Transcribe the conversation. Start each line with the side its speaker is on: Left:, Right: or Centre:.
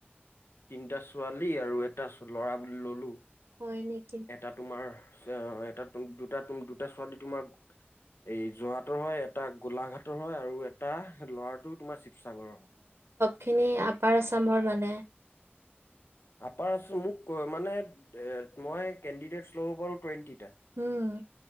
Left: তিনটা ছোৱালী আৰু এটা ল'ৰা বুলি ললো
Right: হয় নেকি
Left: এটা তোমাৰ অ এটা তুম দুটা তুম দুটা ছোৱালী তোমাক এই যোৰহাটৰ হয় এটা গোলাঘাটৰ হয় আৰু এটা ল'ৰাটো তোমাৰ সাগৰ হয়
Right: খিনি আপ আপাৰ আছামৰ মানে
Left: আপাৰ আসামৰ ক মানে মই কেন্দিদেত শ্ল হল টোৱেণ্টি
Right: উম